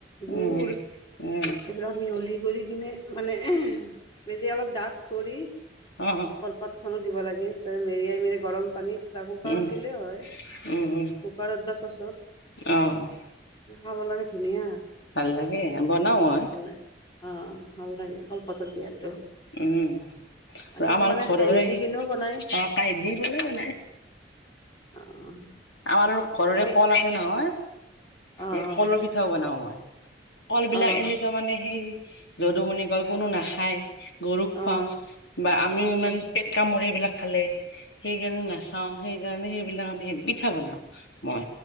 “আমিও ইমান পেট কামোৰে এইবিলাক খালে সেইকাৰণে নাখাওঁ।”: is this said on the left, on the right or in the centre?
Left